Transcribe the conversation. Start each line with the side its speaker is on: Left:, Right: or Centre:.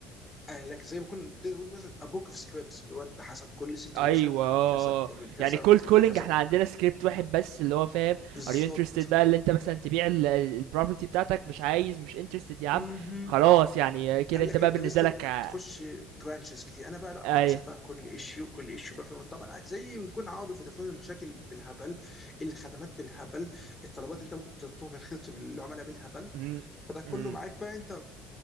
Left: آه، لك زي ما كنت تقول مثلا ابوك اوف سكريبتس اللي هو انت حسب كل سيتويشن
Right: ايوه
Left: هتعمل
Right: آه.
Left: كذا وهتعمل كذا
Right: يعني كولد
Left: وهتعمل
Right: كولينج
Left: كذا
Right: احنا عندنا سكريبت واحد بس اللي هو فاهم
Left: بالظبط
Right: ار يو انترستد بقى اللي انت مثلا تبيع البروبرتي بتاعتك مش عايز مش انترستد يا عم
Left: مهم.
Right: خلاص يعني آه، كده
Left: قال
Right: انت
Left: لك
Right: بقى
Left: انترستد
Right: بالنسبة لك آه،
Left: هتخش برانشز كتير انا بقى لا
Right: ايوه
Left: حسب بقى كل ايشيو كل ايشيو بقى فاهم طبعا زي بيكون عربي فودافون المشاكل بالهبل الخدمات بالهبل الطلبات اللي انت ممكن تطلبها من خدمه العملاء بالهبل
Right: امم
Left: فده كله
Right: امم
Left: معاك بقى انت